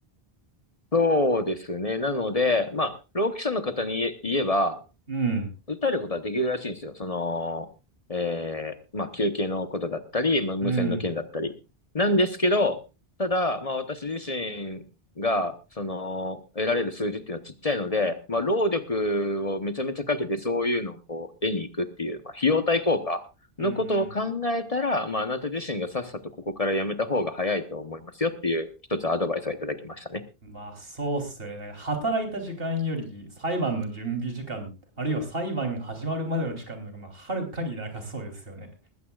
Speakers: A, on the left (about 35°); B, on the right (about 65°).
A: そうですね。なので、まあ、労基者の方に言え言えば、
B: うん、
A: 訴えることはできるらしいんですよ。その、えー、まあ、求刑のことだったり、まあ、無線の件だったり。
B: うん、
A: なんですけど、ただ、まあ、私自身が、その、得られる数字っていうのはちっちゃいので、まあ、労力をめちゃめちゃかけてそういうのをこう、得に行くっていう、まあ、費用対効果のことを考えたら、
B: うん、うん。
A: まあ、あなた自身がさっさとここからやめた方が早いと思いますよっていう、一つアドバイスをいただきましたね。
B: まあそうっすよね。なんか働いた時間より裁判の準備時間、あるいは裁判が始まるまでの時間の方がまあはるかに長そうですよね。